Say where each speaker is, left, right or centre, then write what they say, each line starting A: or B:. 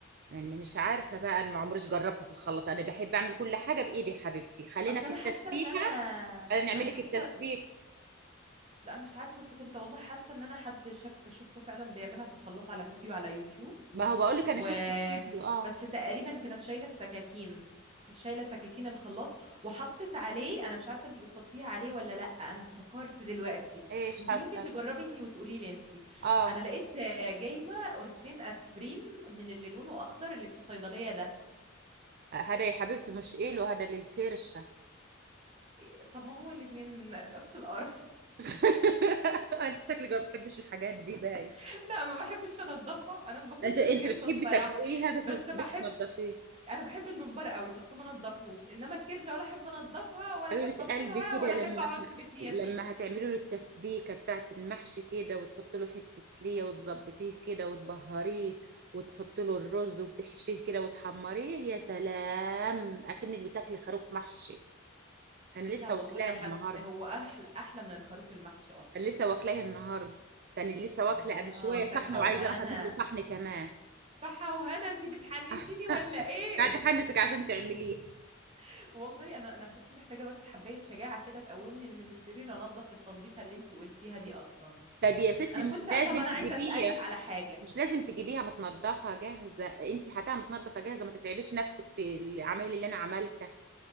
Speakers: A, on the right; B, on the right.
A: يعني مش عارفة بقى انا ما عمريش جربته في الخلاط انا بحب اعمل كل حاجة بايدي يا حبيبتي خلينا
B: اصل
A: في
B: انا
A: التسبيكة
B: حاسة ان انا
A: خلينا نعمل
B: انا
A: لك
B: حاسة
A: التسبيك
B: لا مش عارفة بس كنت والله حاسة ان انا حد شاف شفته فعلا بيعملها في الخلاط على فيديو على يوتيوب
A: ما هو بقول لك انا
B: و
A: شفت الفيديو اه
B: بس تقريبا كانت شايلة السكاكين شايلة سكاكين الخلاط وحطت عليه انا مش عارفة انت بتحطيها عليه ولا لا انا افتكرت دلوقتي
A: ايش
B: انت
A: حاطة
B: ممكن تجربي انت وتقولي لي انت
A: اه
B: انا لقيت آه، جايبة قرصين اسبرين من اللي لونه اخضر اللي في الصيدلية ده
A: هذا يا حبيبتي مش إله هذا للكرشة
B: إيه، طب ما هو الاتنين نفس القرف
A: <laughs> انت شكلك ما بتحبيش الحاجات دي باي
B: <laughs> لا ما بحبش انضفها انا ما باكلش
A: انت انت
B: الكرشة
A: بتحبي
B: الصراحة
A: تاكليها بس
B: بس
A: ما بتحبيش
B: بحب
A: تنضفيها
B: انا بحب الممبار قوي بس ما نضفوش انما الكرشه ولا احب انضفها ولا
A: حبيبة
B: احب اكلها
A: قلبي كده
B: ولا احب
A: لما
B: اقعد
A: ه-
B: في بيت هي
A: لما
B: فيه
A: هتعملي له التسبيكة بتاعت المحشي كده وتحط له حتة ليا وتظبطيه كده وتبهريه وتحط له الرز وتحشيه كده وتحمريه يا سلام اكنك بتاكلي خروف محشي انا لسه
B: لا والله
A: واكلاه
B: انا حاسه
A: النهارده
B: هو احلى احلى من الخروف المحشي اصلا
A: انا لسه واكلاه النهارده يعني لسه واكله
B: اه
A: قبل شويه
B: صحه
A: صحن وعايزه
B: وهنا
A: اروح اجيب لي صحن كمان
B: صحه وهنا انت بتحنسيني
A: <laughs>
B: ولا ايه
A: قاعد احنسك عشان تعمليه
B: <laughs> والله انا انا بس محتاجه بس حبايه شجاعه كده تقومني من السرير انضف التنظيفه اللي انت قلتيها دي اصلا
A: طب يا ستي
B: انا كنت
A: مش لازم
B: طب انا
A: تجيبيها
B: عايزه اسالك على حاجه
A: مش لازم تجيبيها متنضفه جاهزه انت هاتها متنضفه جاهزه ما تتعبيش نفسك في العمايل اللي انا عملتها